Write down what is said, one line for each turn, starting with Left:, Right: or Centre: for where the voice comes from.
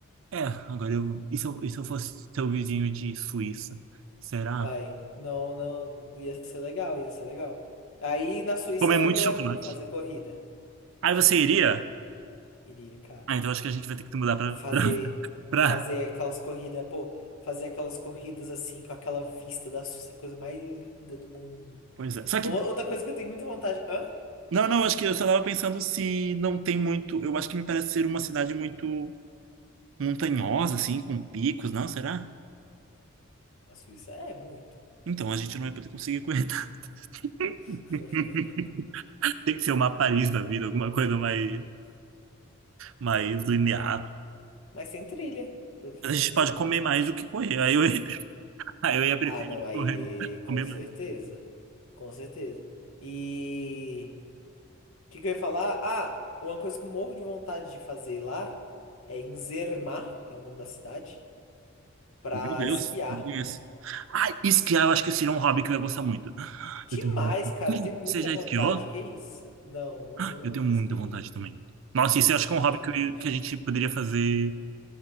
Right: é, agora eu... E se eu, e se eu fosse seu vizinho de Suíça? Será?
Left: Vai. Não, não. Ia ser legal, ia ser legal. Aí na Suíça
Right: Comer muito
Left: eu
Right: chocolate.
Left: animo fazer corrida.
Right: Aí você iria?
Left: Iria, cara.
Right: Ah, então acho que a gente vai ter que mudar pra,
Left: Fazer,
Right: pra, pra...
Left: fazer aquelas corridas, pô, fazer aquelas corridas assim, com aquela vista da Suíça, a coisa mais linda do mundo.
Right: Pois é. Só que...
Left: Uma- outra coisa que eu tenho muita vontade. Hã?
Right: Não, não, acho que eu só tava pensando se não tem muito... Eu acho que me parece ser uma cidade muito montanhosa, assim, com picos. Não, será?
Left: A Suíça é muito.
Right: Então, a gente não vai poder conseguir aguentar.
Left: <laughs>
Right: <laughs> Tem que ser uma Paris da vida, alguma coisa mais... mais linear.
Left: Mas tem trilha, pra fazer
Right: Mas a gente
Left: trilha.
Right: pode comer mais do que correr. Aí eu ia, <laughs> aí eu ia preferir
Left: Ah, não, aí,
Right: correr,
Left: eh, com
Right: comer
Left: certeza.
Right: mais.
Left: Com certeza. E o que, que eu ia falar? Ah, uma coisa que eu morro de vontade de fazer lá é em Zermatt, que é o nome da cidade, pra
Right: Meu Deus,
Left: esquiar.
Right: não conheço. Ah, esquiar eu acho que seria um hobby que eu ia gostar muito.
Left: Demais,
Right: Eu tenho... muito-
Left: cara, eu tenho muita
Right: Você já
Left: vontade.
Right: esquiou?
Left: Que isso? Não, eu
Right: Ah,
Left: nu-
Right: Eu
Left: nunca
Right: tenho muita
Left: esquiei.
Right: vontade também. Nossa, isso eu acho que
Left: Muita
Right: é um hobby
Left: vontade.
Right: que, que a gente poderia fazer